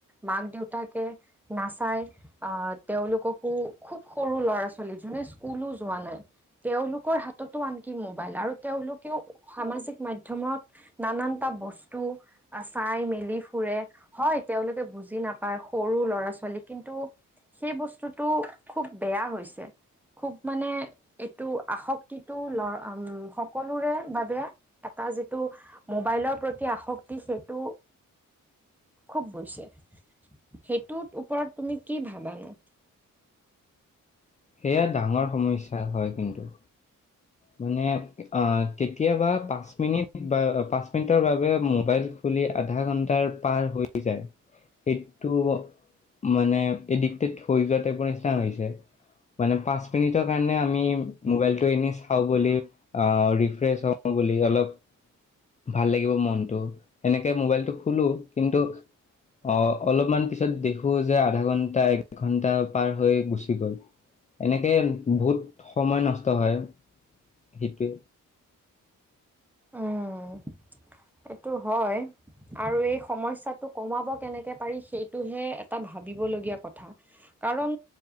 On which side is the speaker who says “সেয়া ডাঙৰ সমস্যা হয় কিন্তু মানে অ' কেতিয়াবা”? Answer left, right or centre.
Left